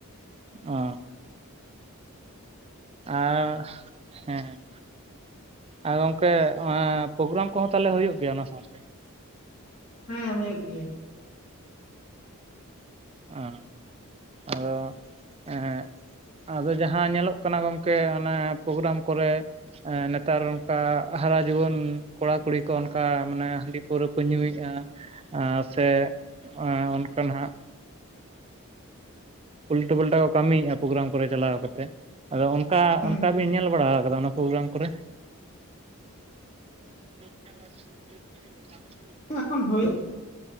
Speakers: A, on the right; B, on the left.
A: ᱚ᱾ ᱟᱨ ᱦᱮᱸ᱾ ᱟ ᱜᱚᱝᱠᱮ ᱮᱸ ᱯᱨᱳᱜᱨᱟᱢ ᱠᱚ ᱦᱚᱸ ᱛᱟᱦᱞᱮ ᱦᱳᱭᱳᱜ ᱜᱮᱭᱟ ᱚᱱᱟ ᱥᱟᱶ ᱛᱮ?
B: ᱦᱮᱸ ᱦᱳᱭᱳᱜ ᱜᱮᱭᱟ᱾
A: ᱚ ᱟᱫᱚ ᱮᱸᱻ ᱮᱸ ᱟᱫᱚ ᱡᱟᱦᱟᱸ ᱧᱮᱞᱚᱜ ᱠᱟᱱᱟ ᱜᱚᱝᱠᱮ ᱚᱱᱮ ᱯᱨᱳᱜᱨᱟᱢ ᱠᱚᱨᱮ ᱮᱸ ᱱᱮᱛᱟᱨ ᱚᱱᱠᱟ ᱦᱟᱨᱟ ᱡᱩᱣᱟᱹᱱ ᱠᱚᱲᱟ ᱠᱩᱲᱤ ᱠᱚ ᱚᱱᱠᱟ, ᱢᱟᱱᱮ ᱦᱟᱺᱰᱤ ᱯᱟᱹᱣᱨᱟᱹ ᱠᱚ ᱧᱩᱭᱮᱜ-ᱟ᱾ ᱮᱸ ᱥᱮ ᱮᱸ ᱚᱱᱠᱟ ᱱᱟᱸᱜ ᱮᱻᱩᱞᱴᱟᱹ ᱯᱟᱞᱴᱟ ᱠᱚ ᱠᱟᱹᱢᱤᱭᱮᱜᱼᱟ, ᱯᱨᱳᱜᱨᱟᱢ ᱠᱚᱨᱮ ᱪᱟᱞᱟᱣ ᱠᱟᱛᱮᱜ᱾ ᱟᱫᱚ ᱚᱱ ᱚᱱᱠᱟ
B: ᱦᱮᱸ
A: ᱚᱱᱠᱟ ᱵᱤᱱ ᱧᱮᱞ ᱵᱟᱲᱟ ᱟᱠᱟᱫᱟ ᱚᱱᱟ ᱯᱨᱳᱜᱨᱟᱢ ᱠᱚᱨᱮ? <unintelligible>
B: ᱮᱠᱷᱚᱱ ᱦᱳᱭ,